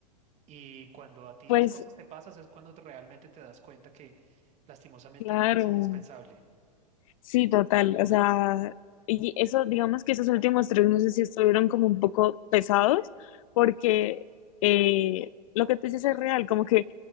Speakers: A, on the right; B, on the left.
A: Y cuando a ti
B: pues
A: las cosas te pasas es cuando realmente te das cuenta que lastimosamente
B: claro.
A: nadie es indispensable.
B: Sí, total. O sea, y eso, digamos que esos últimos tres meses sí estuvieron como un poco pesados, porque eh, lo que tú dices es real, como que